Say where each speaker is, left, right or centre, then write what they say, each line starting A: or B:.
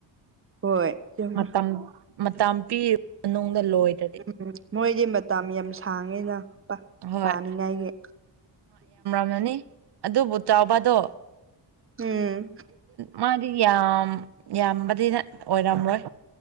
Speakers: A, on the right; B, on the right.
A: ꯍꯣꯏ ꯆꯨꯝꯃꯦ
B: ꯃꯇꯝ ꯃꯇ ꯄꯤꯔꯤꯕ ꯃꯅꯨꯡꯗ ꯂꯣꯏꯔꯦ
A: ꯎꯝ ꯃꯣꯏꯗꯤ ꯃꯇꯝ ꯌꯥꯝ ꯁꯥꯡꯉꯦꯅ
B: ꯍꯣꯏ
A: ꯄꯅꯤꯉꯥꯏꯒꯤ
B: ꯅꯤ ꯑꯗꯨꯕꯨ ꯆꯥꯎꯕꯗꯣ
A: ꯎꯝ
B: ꯃꯥꯗꯤ ꯌꯥꯝ ꯌꯥꯝꯕꯗꯤꯅ ꯑꯣꯏꯔꯝꯔꯣꯏ